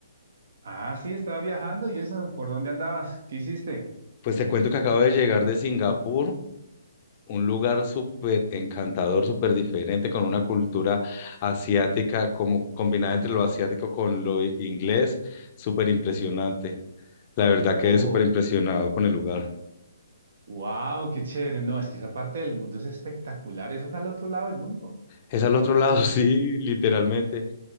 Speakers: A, on the right; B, on the left.
A: Ah, sí, estaba viajando y eso, ¿por dónde andabas? ¿Qué hiciste?
B: Pues te cuento que acabo de llegar de Singapur, un lugar súper encantador, súper diferente, con una cultura asiática como combinada entre lo asiático con lo i- inglés, súper impresionante. La verdad quedé
A: Oh,
B: súper impresionado con el lugar.
A: wow, qué chévere. No, es que esa parte del mundo es espectacular, eso está al otro lado del mundo.
B: Es al otro lado, <laughs> sí, literalmente.